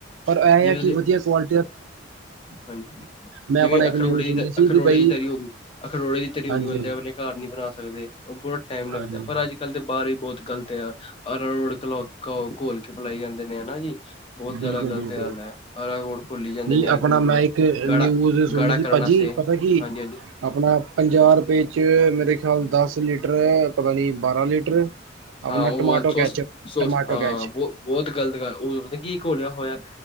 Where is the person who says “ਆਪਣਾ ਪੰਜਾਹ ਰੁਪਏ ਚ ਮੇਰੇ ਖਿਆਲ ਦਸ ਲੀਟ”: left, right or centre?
Right